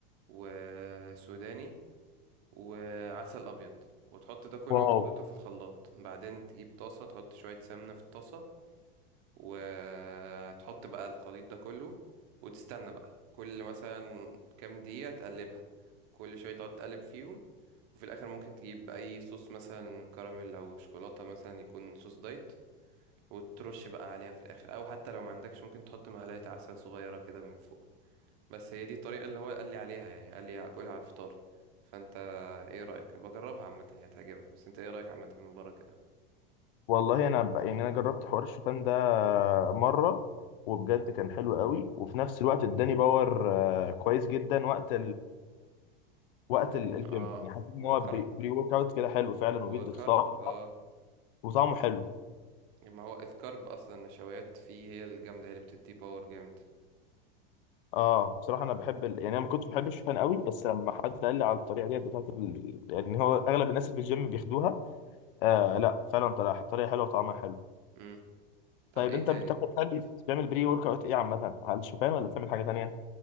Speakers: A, on the right; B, on the left.
A: وسوداني وعسل ابيض وتحط ده كله
B: واو
A: وتخلطه في الخلاط بعدين تجيب طاسه تحط شويه سمنه في الطاسه وتحط بقى الخليط ده كله وتستنى بقى كل مثلا كام دقيقة تقلبها كل شوية تقعد تقلب فيهم وفي الآخر ممكن تجيب أي صوص مثلا كراميل أو شوكولاتة مثلا يكون صوص دايت وترش بقى عليها في الآخر أو حتى لو ما عندكش ممكن تحط معلقة عسل صغيرة كده من فوق بس هي دي الطريقة اللي هو قال لي عليها يعني قال لي أكلها على الفطار فأنت إيه رأيك؟ بجربها عامة هي هتعجبك بس أنت إيه رأيك عامة من بره كده؟
B: والله انا ب... يعني انا جربت حوار الشوفان ده مره وبجد كان حلو قوي وفي نفس الوقت اداني باور آه، كويس جدا وقت وقت
A: لأن
B: ال- الجيم
A: آه
B: يعني حسيت ان
A: هو
B: هو
A: كرب
B: بري بري ورك اوت كده حلو فعلا وبيدي
A: هو كرب
B: طاقه
A: اه
B: وطعمه حلو
A: ما هو الكرب اصلا النشويات فيه هي الجامده هي اللي بتدي باور جامد
B: اه بصراحه انا بحب ال... يعني انا ما كنتش بحب الشوفان قوي بس لما حد قال لي على الطريقه دي بتاعت ال... يعني هو اغلب الناس اللي في الجيم بياخدوها آه لا فعلا طريقه طريقه حلوه وطعمها حلو
A: امم طب
B: طيب
A: ايه
B: انت
A: تاني
B: بتاخد تاني بتعمل بري ورك اوت ايه عامه على الشوفان ولا بتعمل حاجه تانيه